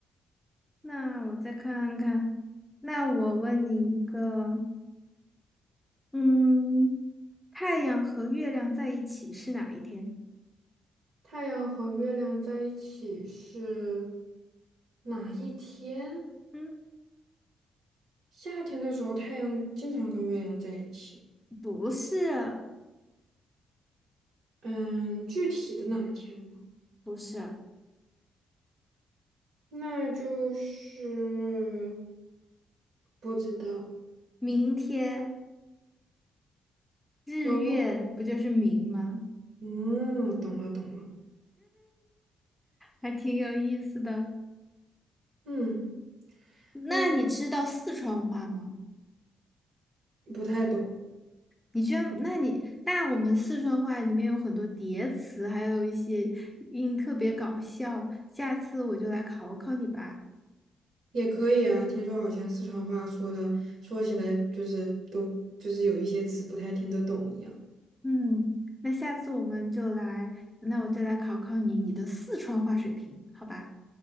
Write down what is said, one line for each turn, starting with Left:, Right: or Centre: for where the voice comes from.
Centre: 那我再看看，那我问你一个，嗯，太阳和月亮在一起是哪一天？
Right: 太阳和月亮在一起是哪一天？
Centre: 嗯，
Right: 夏天的时候，太阳经常跟月亮在一起。
Centre: 不是，
Right: 嗯，具体的哪一天吗？
Centre: 不是，
Right: 那就是不知道。
Centre: 明天日月不就是明吗？
Right: 哦，嗯，懂了懂了。
Centre: 还挺有意思的。
Right: 嗯
Centre: 那你知道四川话吗？
Right: 嗯，不太懂，
Centre: 你居然，那你那我们四川话里面有很多叠词，还有一些音特别搞笑。下次我就来考考你吧。
Right: 也可以啊。听说好像四川话说的，说起来就是都就是有一些词不太听得懂一样。
Centre: 嗯，那下次我们就来，那我就来考考你你的四川话水平，好吧？